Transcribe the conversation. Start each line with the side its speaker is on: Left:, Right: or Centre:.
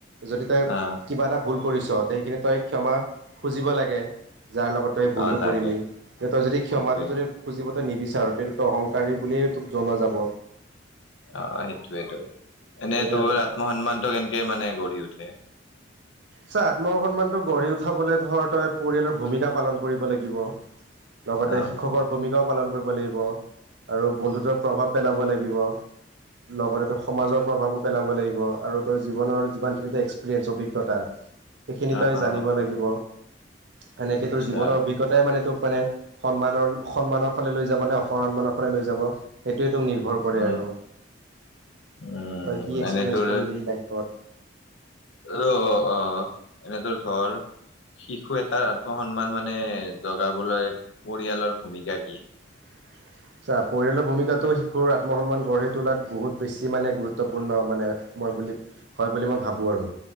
Right: যদি তই
Left: অ অ
Right: কিবা এটা ভুল কৰিছ ত সেইখিনি তই ক্ষমা খুজিব লাগে। যাৰ লগত তই সেই ভুলটো
Left: অ লাগে
Right: কৰিলি তই যদি ক্ষমাটো
Left: সেইটোৱে
Right: যদি খুজিব নিবিচাৰো তেতিয়াতো অহংকাৰী বুলিয়েই তোক জনা যাব।
Left: অ সেইটোয়েইটো এনেই
Right: সেয়াই
Left: তোৰ
Right: আৰু
Left: আত্মসন্মানটো কেনে মানে গঢ়ি উঠে।
Right: চা আত্মসন্মানটো গঢ়ি উঠাবলৈ ধৰ তই পৰিয়ালৰ ভূমিকা পালন কৰিব লাগিব। লগতে
Left: অ
Right: শিক্ষকৰ ভূমিকাও পালন কৰিব লাগিব আৰু বন্ধুত্বৰ প্ৰভাৱ পেলাব লাগিব। লগতে তোৰ সমাজৰ প্ৰভাৱো পেলাব লাগিব আৰু তোৰ জীৱনৰ যিমানখিনি এক্সপিৰিয়েঞ্চ অভিজ্ঞতা সেইখিনি
Left: অ
Right: তই
Left: অ
Right: জানিব লাগিব। সেনেকে
Left: আচ্ছা
Right: তোৰ জীৱনৰ অভিজ্ঞতাই মানে তোক মানে সন্মানৰ সন্মানৰ ফালে লৈ যাব নে অসন্মানৰ ফালে লৈ যাব সেইটোৱেতো নিৰ্ভৰ কৰে
Left: উম
Right: আৰু তই
Left: উম
Right: কি এক্সপিৰিয়েঞ্চ
Left: এনে তোৰ
Right: কৰিলিহি লাইফত
Left: অ অ অ এনে ধৰ শিশু এটাৰ আত্মসন্মান মানে জগাবলৈ পৰিয়ালৰ ভূমিকা কি?
Right: <inaudible> চা পৰিয়ালৰ ভূমিকাটো শিশুৰ আত্মসন্মান গঢ়ি তোলাত বহুত বেছি মানে গুৰুত্বপূৰ্ণ মানে মই বুলি হয় বুলি মই ভাবোঁ আৰু